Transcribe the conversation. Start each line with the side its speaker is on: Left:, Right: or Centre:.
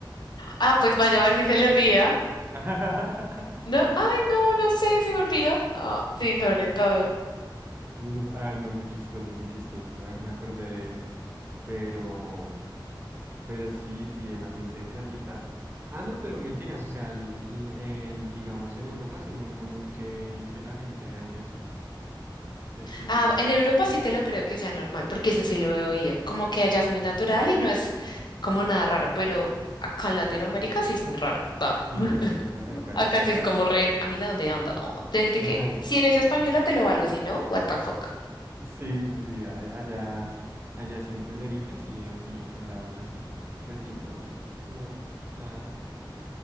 Left: Ah, pues vaya a ver si se le olvida.
Right: <laughs>
Left: No, ay, no, no sé, se me olvidó. Ah, sí, sobre todo.
Right: Sí, no, ay, no, muy chistoso, muy chistoso. Me, me acordé de eso. Pero, pero sí, sí, el ambiente de playita. Ah, no, pero mentiras, o sea, el- el- en, digamos en Europa sí es muy común que, que la gente ande así. es muy
Left: Ah,
Right: normal.
Left: en Europa sí te lo creo que sea normal, porque
Right: Y
Left: eso sí lo he oído. Como que allá
Right: en
Left: es
Right: Europa
Left: muy natural
Right: sí.
Left: y no es como nada raro, pero acá en Latinoamérica sí es muy raro. va.
Right: Sí,
Left: <laughs>
Right: aquí en Latinoamérica
Left: Acá
Right: sí. No,
Left: sí es como
Right: sí,
Left: re, amiga, ¿dónde anda? desde
Right: <laughs>
Left: que, si eres española te lo valgo, si no, what the fuck.
Right: Sí, sí, sí. a- Allá, allá sí en Tenerife sí, así andaban así. Pues sí, normal. No, nada.